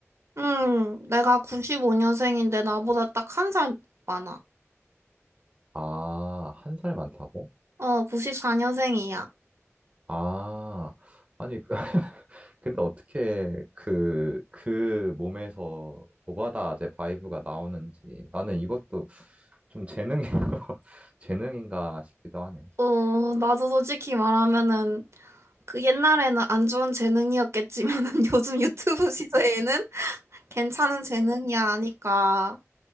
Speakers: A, on the right; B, on the right.
A: 응, 내가 95년생인데 나보다 딱 한 살 많아.
B: 아, 한 살 많다고?
A: 어, 94년생이야.
B: 아, 아니, <laughs> 근데 어떻게 그, 그 몸에서 노가다제 바이브가 나오는지 나는 이것도 좀 재능인, <laughs> 재능인가 싶기도 하네.
A: 어, 나도 솔직히 말하면은 그 옛날에는 안 좋은 재능이었겠지만은 <laughs> 요즘 유튜브 시대에는 괜찮은 재능이야 하니까